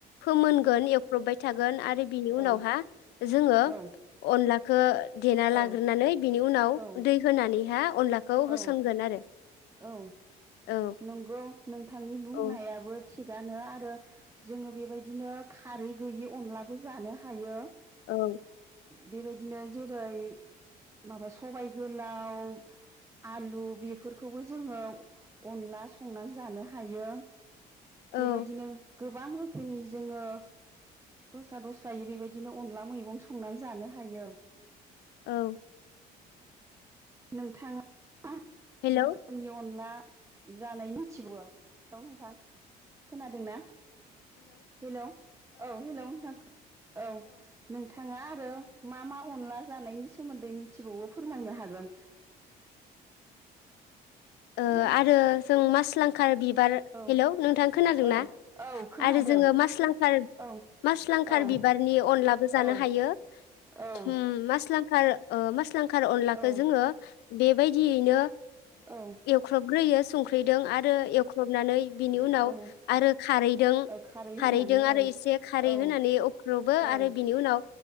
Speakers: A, on the left; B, on the right.
A: फोमोनगोन एफबबाय थागोन आरो बिनि
B: औ
A: उनावहा जोङो
B: औ
A: अनला खो देना लाग्रोनानै
B: औ
A: बिनि उनाव
B: औ
A: दै होनानैहा अनला खौ
B: औ
A: होसनगोन आरो
B: औ
A: औ
B: नंगौ नोंथांनि बुंनायाबो
A: औ
B: थिगानो आरो जोङो बेबायदिनो खारै गैयि अनलाबो जानो हायो
A: औ
B: बेबायदिनो जेरै माबा सबाइ गोलाव आलु बेफोर खौबो जोङो अनला संनानै जानो हायो
A: औ
B: बेबायदिनो गोबां रोखोमनि जोङो दस्रा दस्रायै बेबायदिनो अनला मैगं संनानै जानो हायो
A: औ
B: नोंथाङा मा
A: हेलौ
B: रोखोमनि अनला जानाय मिथिबावो? बेयाव नोंथां खोनादोंना? हेलौ औ हेलौ नोंथां औ नोंथाङा आरो मा मा अनला जानायनि सोमोन्दै मिथिबावो फोरमायनो हागोन
A: ओ
B: हेलौ
A: आरो जों मासलांखार बि खार
B: औ
A: हेल्लो नोंथां खोनादोंना
B: औ औ खोनादों
A: आरो जोजोंङो मासलांखार
B: औ
A: मासलांखाल
B: औ
A: बिबारनि अनलाबो जानो
B: औ
A: हायो।
B: औ
A: होम मासलांखाल ओ मासलां खार अनलाखौ
B: औ
A: जोंङो बेबायदियैनो
B: औ
A: ख्रबग्रोयो संख्रिदों आरो एवख्रबनानै बिनि उनाव
B: औ
A: आरो खारैदों
B: ओ खारै
A: खारैदों
B: होनानै
A: आरो
B: औ
A: एसे खारै
B: औ
A: होनानै एवख्रबो
B: औ
A: आरो बिनि उनाव